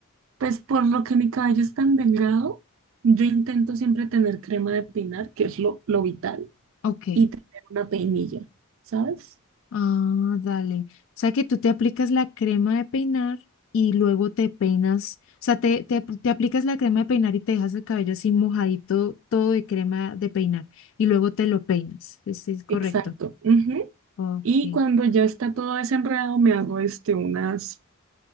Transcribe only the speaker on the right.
pues por lo que mi cabello es tan delgado, yo intento siempre tener crema de peinar, que es lo, lo vital,
y tener una peinilla, ¿sabes?
Exacto. ujú.
Y cuando ya está todo desenredado, me hago este, unas,